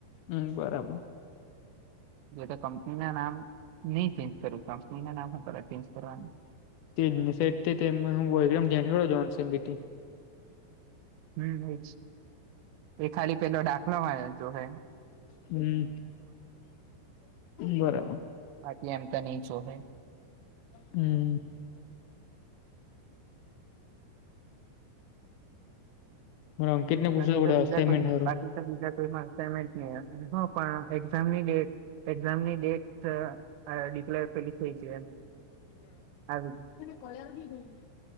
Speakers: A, on the left; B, on the right.
A: હમ્મ બરાબ
B: <inaudible> જો તો કંપની ના નામ નહી ચેન્જ કરું કંપની ના નામ હું કરવા ચેન્જ કરવાનું.
A: <unintelligible>
B: હમ્મ એજ એ ખાલી પેલો ડાખલો માર્યો તો હે
A: હમ્મ બરાબ
B: બાકી એમ તો ની જ શોભે
A: હમ્મ. મારે અંકિતને પૂછવું
B: બાકી તો
A: પડે
B: બીજા
A: અસાઇનમેન્ટ
B: કો
A: હારું
B: બાકી તો બીજા કોઇમાં અસાઇમેન્ટ નહીં પણ એક્ઝામની ડેટ એક્ઝામની ડેટ ડિક્લેર પેલી થઈ જી એમ આવી ગી
A: કોલેર બી નઈ.